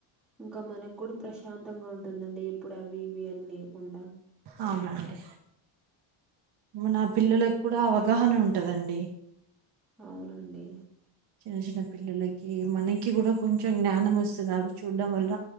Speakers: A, in the centre; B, on the right.
A: ఇంకా మనకు కూడా ప్రశాంతంగా ఉంటుందండి ఎప్పుడు అవి ఇవి అని లేకుండా
B: అవునండి మన పిల్లలకు కూడా అవగాహన ఉంటదండి
A: అవునండి
B: చిన్న చిన్న పిల్లలకి మనకి కూడా కొంచెం జ్ఞానం వస్తది అవి చూడ్డం వల్ల